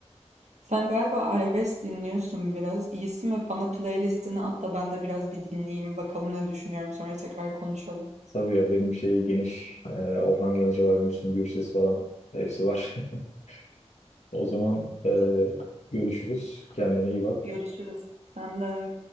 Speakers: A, on the right (about 80°); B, on the left (about 75°).
A: Sen galiba arabesk dinliyorsun biraz. İyisi mi? Bana playlistini at da ben de biraz bir dinleyeyim. Bakalım ne düşünüyorum. Sonra tekrar konuşalım.
B: Tabii ya benim şey geniş, e, Orhan Gencebay, Müslüm Gürses falan hepsi var. <laughs> O zaman e,
A: O zaman
B: görüşürüz. Kendine iyi bak.
A: Görüşürüz. Sen de